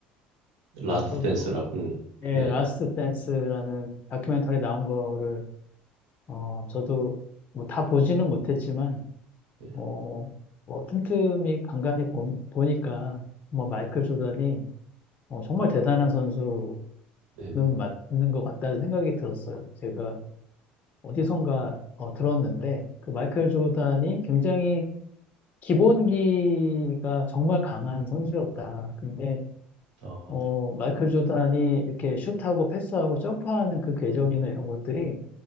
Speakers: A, on the right; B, on the left.
A: 라스트
B: 아, 저도
A: 댄스라고.
B: 예,
A: 네,
B: 라스트 댄스라는 다큐멘터리 나온 거를 어, 저도 뭐 다 보지는 못했지만
A: 네,
B: 어, 뭐 틈틈이 간간히 보, 보니까 정말 마이클 조던이 어, 정말 대단한 선수는
A: 네, 네.
B: 맞는 것 같다는 생각이 들었어요. 제가 어디선가 어, 들었는데 그 마이클 조던이 굉장히 기본기가 정말 강한 선수였다. 근데
A: 아,
B: 어,
A: 네.
B: 마이클 조던이 이렇게 슛하고 패스하고 점프하는 그 궤적이나 이런 것들이